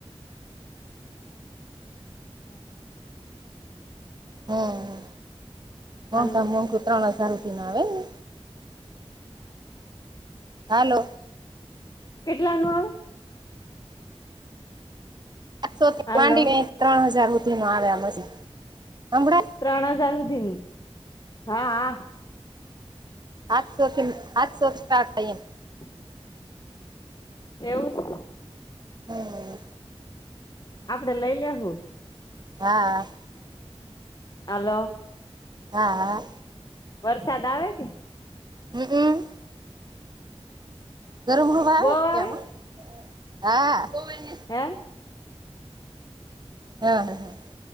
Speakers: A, on the left; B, on the right.
A: <inaudible>
B: હમ મોંઘામ
A: હાલો
B: મોંઘુ ત્રણ હજાર રૂપિયાન આવે ને. હાલો.
A: કેટલા નું આવે
B: <unintelligible>
A: હાલો
B: માંડીને ત્રણ હજાર રૂપિયાનું આવે આ મશીન સંભળાય
A: ત્રણ હજાર હુધીનું હા આ.
B: આજ શોથી આજ સોચતા હતા એમ
A: <unintelligible> એવું સે
B: હમ.
A: આપડે લઈ લેસુ
B: હા.
A: આલો.
B: હા હા
A: વરસાદ આવે કે.
B: હંમક. ગરમડુ વાવે
A: બહુ આવે
B: ત્યાં હો હા. <unintelligible>
A: હે
B: હા હા